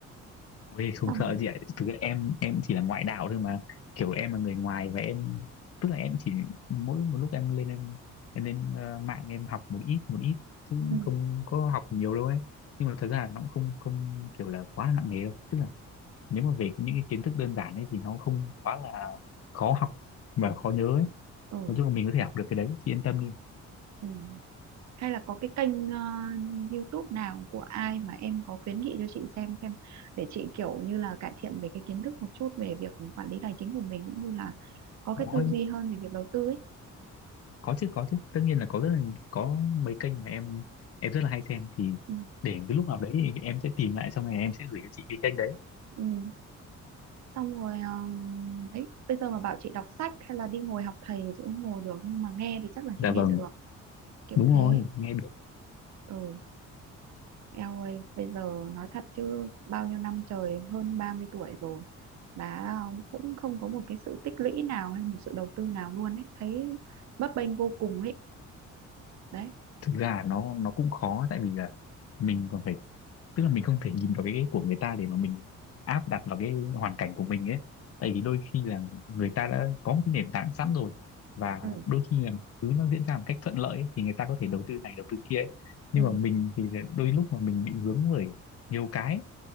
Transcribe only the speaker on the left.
Ui, không
sợ
gì ạ thực ra em em chỉ là ngoại đạo thôi mà kiểu em là người ngoài và em tức là em chỉ mỗi một lúc em lên em em lên ờ, mạng em học một ít một ít chứ
không có học nhiều đâu ấy nhưng mà thật ra là nó cũng không không kiểu là quá là nặng nề đâu tức là nếu mà về cái- những cái kiến thức đơn giản ấy thì nó không quá là khó học và khó nhớ ấy
nói chung là mình có thể học được cái đấy chị yên tâm đi
có
có chứ có chứ tất nhiên là có rất là có mấy kênh mà em em rất là hay xem thì
để cái lúc nào đấy thì em sẽ tìm lại xong rồi em sẽ gửi cho chị cái kênh đấy
dạ
vâng
đúng
rồi nghe được
thực ra là nó nó cũng khó tại vì là mình còn phải tức là mình không thể nhìn vào cái cái của người ta để mà mình áp đặt vào cái hoàn cảnh của mình ấy tại vì đôi khi là người ta đã có một cái nền tảng sẵn rồi và
đôi khi là thứ nó diễn ra một cách thuận lợi ấy, thì người ta có thể đầu tư này đầu tư kia ấy. nhưng
mà mình thì là đôi lúc mà mình bị vướng bởi nhiều cái